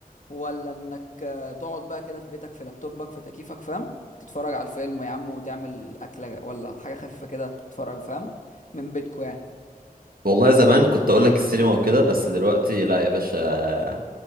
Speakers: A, on the left (about 55°); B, on the right (about 70°).
A: ولا انك آه، تقعد بقى كده في بيتك في لابتوبك في تكييفك فاهم تتفرج على الفيلم يا عم وتعمل اكله ولا حاجه خفيفه كده تتفرج فاهم من بيتكو يعني
B: والله زمان كنت اقول لك السينما وكده بس دلوقتي لا يا باشا